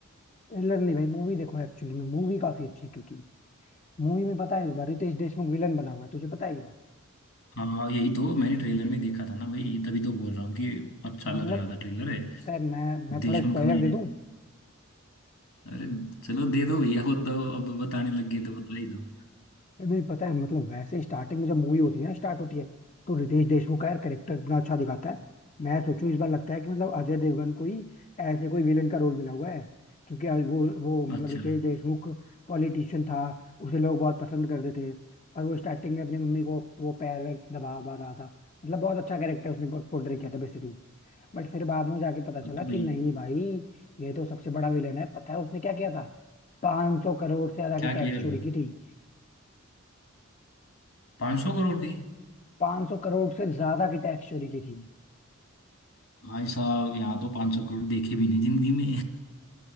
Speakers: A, on the left; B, on the left.
A: ट्रेलर नहीं भाई मूवी देखो एक्चुअली में मूवी काफी अच्छी है क्योंकि मूवी में पता है इस बार रितेश देशमुख विलन बना हुआ है तुझे पता है ये बात
B: हाँ यही तो मैंने ट्रेलर में देखा था ना भाई तभी तो बोल रहा हूँ कि अच्छा
A: मतलब
B: लग रहा था ट्रेलर है
A: यार मैं मैं
B: देशमुख
A: थोड़ा स्पॉइलर
B: ने
A: दे दूं
B: अरे चलो दे दो भैया वो तो अब बताने लग गए तो बता ही दो
A: नहीं पता है मतलब वैसे स्टार्टिंग में जब मूवी होती है ना स्टार्ट होती है तो रितेश देशमुख का यार करेक्टर इतना अच्छा दिखाता है मैं सोचूं इस बार लगता है कि मतलब अजय देवगन को ही ऐसे कोई विलेन का रोल मिला हुआ है क्योंकि अभी वो वो मतलब
B: अच्छा
A: रितेश देशमुख पॉलिटिशियन था उसे लोग बहुत पसंद करते थे और वो स्टार्टिंग में अपनी मम्मी को वो पैर वैर दबा वबा रहा था मतलब बहुत अच्छा कैरेक्टर उसने पोर्ट्रे किया था बेसिकली बट फिर बाद में जाके पता चला
B: अब तो भाई
A: कि नहीं भाई ये तो सबसे बड़ा विलेन है पता है उसने क्या किया था 500 करोड़ से ज्यादा
B: क्या
A: की टैक्स
B: किया था
A: चोरी
B: भाई
A: की थी
B: पाँच सौ करोड़ की
A: 500 करोड़ से ज्यादा की टैक्स चोरी की थी
B: भाई साहब यहाँ तो 500 करोड़ देखे भी नहीं जिंदगी में